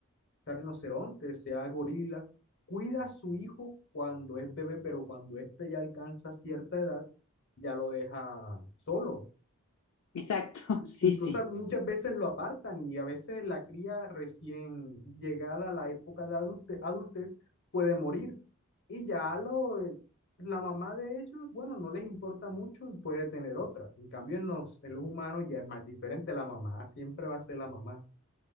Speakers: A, on the left; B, on the left.
A: sea rinoceronte, sea gorila, cuida a su hijo cuando es bebé, pero cuando éste ya alcanza cierta edad, ya lo deja solo.
B: Exacto, <laughs> sí,
A: Incluso
B: sí.
A: muchas veces lo apartan y a veces la cría recién llegada a la época de adulte- adultez puede morir. Y ya lo, la mamá de ellos, bueno, no les importa mucho y puede tener otra. En cambio, en los, en los humanos ya es más diferente. La mamá siempre va a ser la mamá.